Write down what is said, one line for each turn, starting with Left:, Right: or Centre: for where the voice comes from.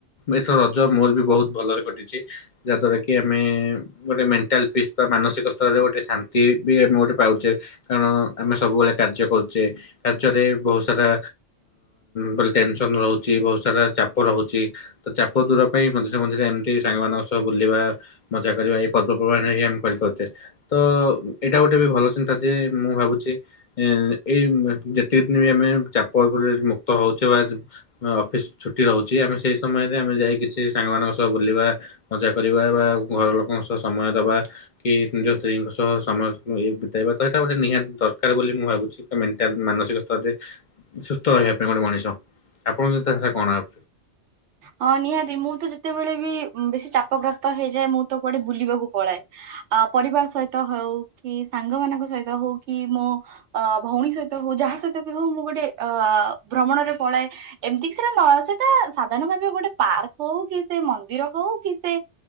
Left: ଏଥର ରଜ ମୋର ବି ବହୁତ ଭଲରେ କଟିଛି ଯାହାଦ୍ଵାରା କି ଆମେ ଆମେ ଗୋଟେ ମେଣ୍ଟାଲ ପିସ୍ ବା ମାନସିକ ସ୍ତରରେ ଗୋଟେ ଶାନ୍ତି ବି ଆମେ ଗୋଟେ ପାଉଚେ କାରଣ ଆମେ ସବୁବେଳେ କାର୍ଯ୍ୟ କରୁଛେ କାର୍ଯ୍ୟରେ ବହୁତ ସାରା ବ ଟେନସନ ରହୁ ବହୁତ ସାରା ଚାପ ରହୁଛି। ତ ଚାପ ଦୂର ପାଇଁ ମଝିରେ ମଝିରେ ଏମିତି ସାଙ୍ଗମାନଙ୍କ ସହ ବୁଲିବା ମଜା କରିବା ଏଇ ପର୍ବପର୍ବାଣରେ ହିଁ ଆମେ କରିପାରୁଛେ। ତ ଏଇଟା ଗୋଟେ ବି ଭଲ ଚିନ୍ତା ଯେ ମୁଁ ଭାବୁ ଚି ଏଇ ଯେତିକି ଦିନ ବି ଆମେ ଚାପ ଉପ ଉପରେ ମୁକ୍ତ ହଉଛେ ବା ଅଫିଶ୍ ଛୁଟି ରହୁଛି ଆମେ ସେଇ ସମୟରେ ଆମେ ଯାଇ କିଛି ସାଙ୍ଗମାନଙ୍କ ସହ ବୁଲିବା ମଜା କରିବା ବା ଘର ଲୋକଙ୍କ ସହ ସମୟ ଦବା କି ନିଜ ସ୍ତ୍ରୀଙ୍କ ସହ ସମୟ ବିତେଇବା ତ ଏଟା ଗୋଟେ ନିହାତି ଦରକାର ବୋଲି ମୁଁ ଭାବୁଛି ମେଣ୍ଟାଲ ମାନସିକ ସ୍ତରରେ ସୁସ୍ଥ ରହିବା ପାଇଁ ଗୋଟେ ମଣିଷ। ଆପଣ ତାଙ୍କ କଣ ଆ
Right: ହଁ ନିହାତି ମୁଁ ତ ଯେତେବେଳେ ବି ବେଶୀ ଚାପଗ୍ରସ୍ତ ହେଇଯାଏ ମୁଁ ତ କୁଆଡେ ବୁଲିବାକୁ ପଳାଏ। ଆ ପରିବାର ସହିତ ହୋଉ କି ସାଙ୍ଗ ମାନଙ୍କ ସହିତ ହୋଉ କି ମୋ ଅ ଭଉଣୀ ସହିତ ହୋଉ ଯାହା ସହିତ ବି ହୋଉ ମୁଁ ଗୋଟେ ଅ ଭ୍ରମଣରେ ପଳାଏ ଏମିତି କି ସେଟା ନ ସେଟା ସାଧାରଣ ଭାବେ ଗୋଟେ ପାର୍କ ହଉ କି ସେ ମନ୍ଦିର ହଉ କି ସେ